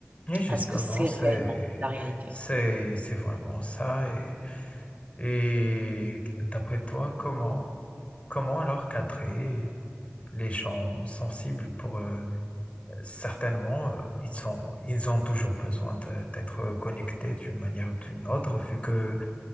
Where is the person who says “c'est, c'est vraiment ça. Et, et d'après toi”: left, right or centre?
Left